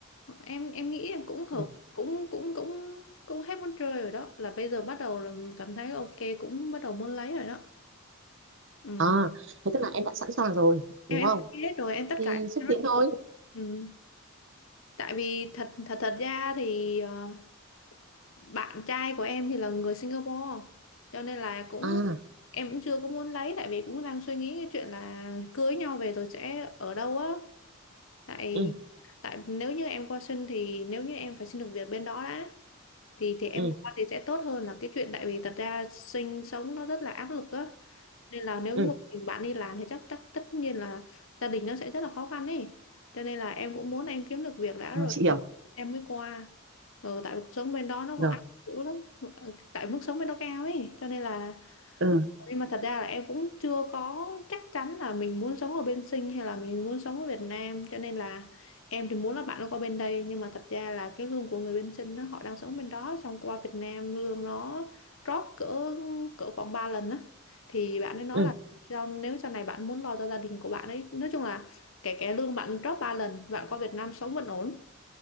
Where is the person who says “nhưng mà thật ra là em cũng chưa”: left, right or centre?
Left